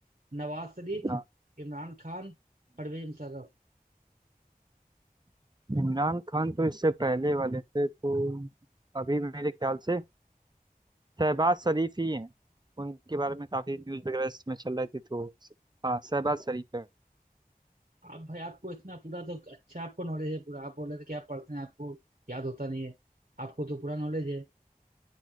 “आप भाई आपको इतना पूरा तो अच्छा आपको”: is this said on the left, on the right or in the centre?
Right